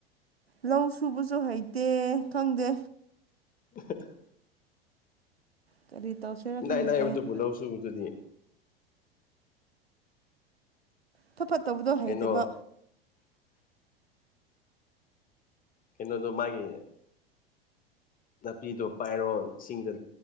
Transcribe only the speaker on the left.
ꯑꯍꯑꯍꯥ
ꯏꯂꯥꯏ
ꯂꯥꯏꯕꯗꯨꯕꯨ
ꯂꯧ ꯁꯨꯕꯗꯨꯗꯤ
ꯀꯩꯅꯣ ꯀꯩꯅꯣꯗꯨ ꯃꯥꯒꯤ ꯅꯥꯄꯤꯗꯣ ꯄꯥꯏꯔꯣ ꯏꯁꯤꯡꯗ